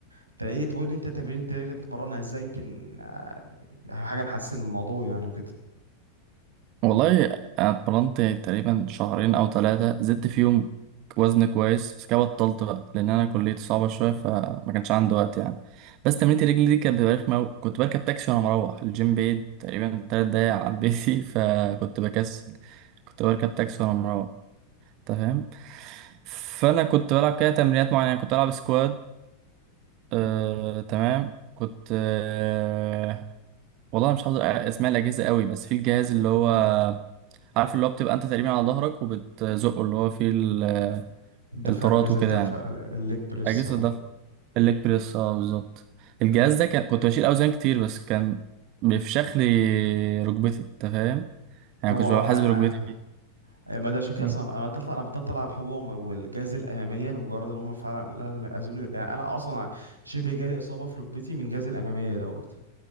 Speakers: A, on the right; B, on the right.
A: انت ايه تقول لي انت تمرين الرجل بتمرنها ازاي يمكن يعني حاجه نحسن الموضوع يعني وكده
B: والله انا اتمرنت تقريبا شهرين او ثلاثة زدت فيهم وزن كويس بس كده بطلت بقى لان انا كليتي صعبة شوية فما كانش عندي وقت يعني بس تمرينة الرجل دي كانت بتبقى رخمة أوي. كنت بركب تاكسي وانا مروح الجيم بعيد تقريبا تلات دقايق عن بيتي <laughs> فكنت بكسل كنت بركب تاكسي وانا مروح انت فاهم فانا كنت بلعب كده تمرينات معينة كنت بلعب سكوات آه، تمام كنت آه، والله مش حافظ اسماء الاجهزه قوي بس في الجهاز اللي هو عارف اللي هو بتبقى انت تقريبا على ظهرك وبتزقه اللي هو فيه ال-
A: الدفع
B: الطارات
A: اجازه
B: وكده
A: الدفع
B: يعني
A: الليج بريس
B: اجهزه
A: اه
B: ده الليج بريس اه بالظبط الجهاز ده كان كنت بشيل اوزان كتير بس كان بيفشخ لي ركبتي انت فاهم يعني
A: هو
B: كنت
A: آه،
B: ببقى حاسس
A: آه،
B: بركبتي
A: آه،
B: فيه
A: يعني ما ده عشان كده
B: مم.
A: اصلا انا بطلع انا بطلع العب هو والجاز الاماميه لمجرد ان هم فعلا ازولي يعني انا اصلا شبه جالي اصابه في ركبتي من جاز الاماميه دوت